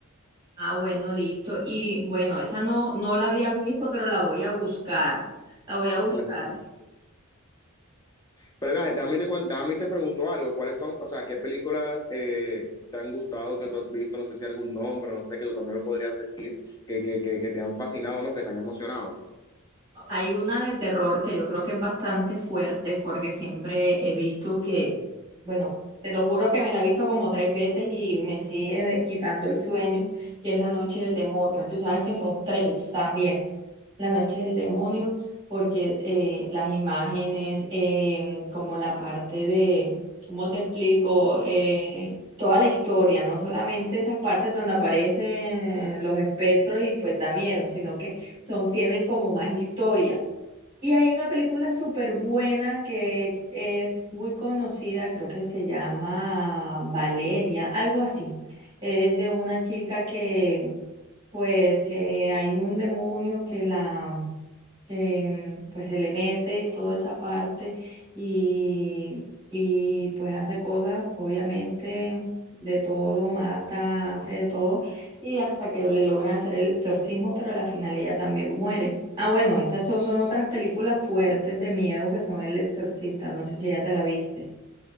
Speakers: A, on the right; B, on the left.
A: Ah, bueno, listo. Y bueno, esa no, no la había visto, pero la voy a buscar. La voy a buscar.
B: Claro. Pero vea, dame te, cuen- dame te pregunto algo, ¿cuáles son, o sea, qué películas eh, te han gustado, que tú has visto, no sé si algún nombre, no sé, que tú también me podrías decir, que, que, que, que te han fascinado, ¿no? Que te han emocionado.
A: Hay una de terror que yo creo que es bastante fuerte porque siempre he visto que, bueno, te lo juro que me la he visto como tres veces y me sigue de- quitando el sueño, que es La Noche del Demonio. Tú sabes que son tres también. La Noche del Demonio, porque eh, las imágenes, eh, como la parte de, ¿cómo te explico? Eh, toda la historia, no solamente esas partes donde aparecen los espectros y pues da miedo, sino que son, tienen como más historia. Y hay una película súper buena que es muy conocida, creo que se llama Valeria, algo así. Es de una chica que, pues, que hay un demonio que la, que, mm, pues, se le mete toda esa parte y, y pues hace cosas, obviamente, de todo, mata, hace de todo y hasta que le logran hacer el exorcismo, pero a la final ella también muere. Ah, bueno, esas son, son otras películas fuertes de miedo que son El Exorcista, no sé si ya te la viste.